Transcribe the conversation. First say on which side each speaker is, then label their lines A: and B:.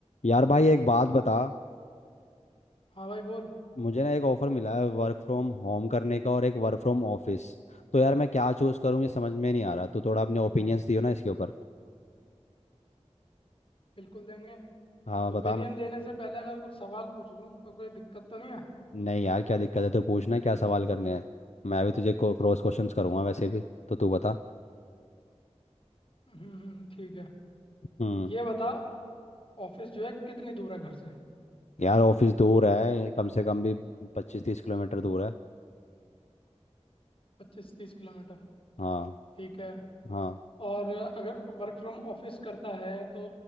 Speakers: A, on the left; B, on the left.
A: यार भाई एक बात बता
B: हाँ भाई बोल
A: मुझे ना एक ऑफर मिला है वर्क फ्रॉम होम करने का और एक वर्क फ्रॉम ऑफिस तो यार मैं क्या चूज करूँ ये समझ में नहीं आ रहा तू थोड़ा अपने ओपिनियंस दियो ना इसके ऊपर
B: बिल्कुल देंगे
A: हाँ बता
B: ओपिनियन
A: ना
B: देने से पहले अगर कुछ सवाल पूछ लूँ तो कोई दिक्कत तो नहीं है
A: नहीं यार क्या दिक्कत है तू पूछना क्या सवाल करने हैं मैं भी तुझे क्रॉस क्वेश्चंस करूंगा वैसे भी तो तू बता
B: हम्म हम्म, ठीक है
A: हम्म
B: ये बता ऑफिस जो है कितनी दूर है घर से
A: यार ऑफिस दूर है कम से कम भी पच्चीस तीस किलोमीटर दूर है
B: पच्चीस तीस किलोमीटर
A: हाँ
B: ठीक है
A: हाँ
B: और अगर वर्क फ्रॉम ऑफिस करता है तो